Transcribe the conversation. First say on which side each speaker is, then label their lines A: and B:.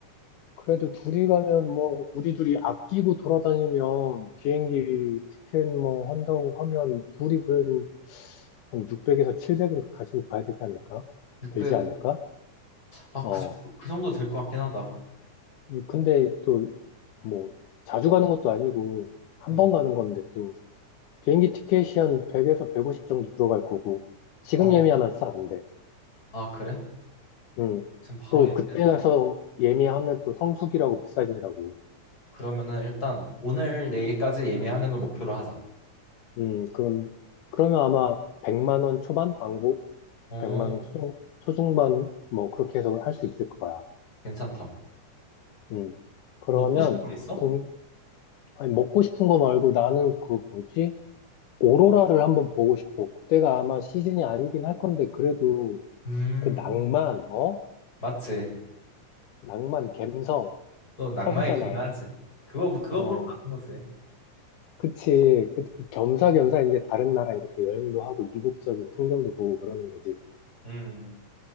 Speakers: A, on the left; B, on the left.
A: 그래도 둘이 가면 뭐 우리 둘이 아끼고 돌아다니면 비행기 티켓 뭐 한다고 하면 둘이 그래도 한 600에서 700은 가지고 가야 되지 않을까?
B: 600.
A: 들지 않을까?
B: 아,
A: 어.
B: 그, 정- 그 정도 될 것 같긴 하다.
A: 근데 또 뭐 자주 가는 것도 아니고 한
B: 음.
A: 번 가는 건데 비행기 티켓이 한 100에서 150 정도 들어갈 거고, 지금
B: 어.
A: 예매하면 싸던데.
B: 아, 그래?
A: 음.
B: 지금 바로
A: 또
B: 예매를.
A: 그때 가서 예매하면 또 성수기라고 비싸진다고.
B: 그러면은 일단 오늘 내일까지 예매하는 걸 목표로 하자.
A: 음, 그럼, 그러면 아마 100만 원 초반? 왕복?
B: 어,
A: 100만 원 초중, 초중반? 뭐, 그렇게 해서 할 수 있을 거야.
B: 괜찮다.
A: 음. 그러면,
B: 먹고 싶은 거 있어?
A: 동, 아니, 먹고 싶은 거 말고 나는 그 뭐지? 오로라를 한번 보고 싶어. 그때가 아마 시즌이 아니긴 할 건데, 그래도
B: 음,
A: 그 낭만, 어?
B: 맞지.
A: 낭만, 감성,
B: 또 낭만이
A: 터지잖아.
B: 중요하지. 그거 그거
A: 어,
B: 보러 가는 거지.
A: 그치. 그, 그 겸사겸사 이제 다른 나라 이렇게 여행도 하고 이국적인 풍경도 보고 그러는 거지.
B: 음,